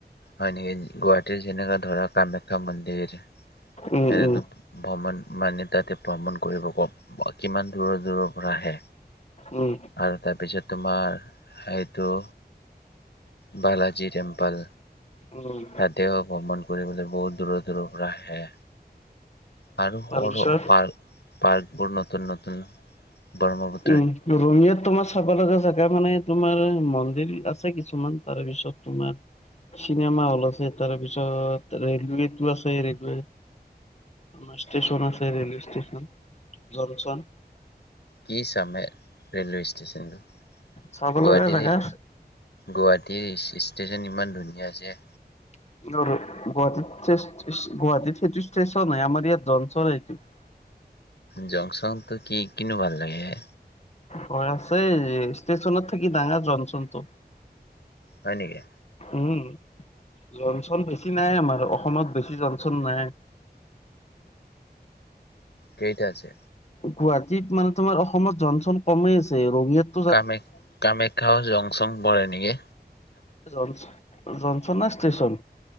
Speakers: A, on the left (about 90°); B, on the left (about 40°).
A: হয় নেকি গুৱাহাটীৰ যেনেকা ধৰা কামাখ্যা মন্দিৰ, সেইতেটো।
B: উম উম
A: ভ্ৰমণ মানে তাতে ভ্ৰমণ কৰিব ক কিমান দূৰৰ দূৰৰ পৰা আহে।
B: উম
A: আৰু তাৰপিছত তোমাৰ সেইটো। বালাজি টেম্পল।
B: উম
A: তাতেও ভ্ৰমণ কৰিবলৈ বহু দূৰ দূৰৰ পৰা আহে। আৰু সৰু
B: তাৰপিছত
A: পাৰ্ক পাৰ্ক বোৰ নতুন নতুন ব্ৰক্ষ্মপুত্ৰ-
B: উম ৰঙিয়াত তোমাৰ চাব লগা জেগা। তাৰ মানে তোমাৰ মন্দিৰ আছে কিছুমান তাৰপিছত তোমাৰ- চিনেমা হল আছে তাৰপিছত ৰেলৱেতো আছে ৰেলৱে। আমাৰ ষ্টেচন আছে ৰেলৱে ষ্টেচন জংচন।
A: কি চামে ৰেলৱে ষ্টেচন তো।
B: চাব
A: গুৱাহাটী
B: লগা জেগা আছে
A: গুৱাহাটী ষ্টেচন ইমান ধুনীয়া আছে।
B: গুৱাহাটীত গুৱাহাটীত সেইটো ষ্টেচন হয় আমাৰ ইয়াত জংচন এইটো।
A: জংচন টো কি কিনো ভাল লাগে হে?
B: হয় আছে ষ্টেচনত থাকি ডাঙৰ জংচনটো।
A: হয় নেকি।
B: উম জংচন বেছি নাই আমাৰ অসমত বেছি জংচন নাই।
A: কেইটা আছে?
B: গুৱাহাটীত মানে তোমাৰ অসমত জংচন কমেই আছে ৰঙিয়াত-
A: কামে কামেখ্যাও জংচন পৰে নেকি?
B: জংচন জংচন নে ষ্টেচন।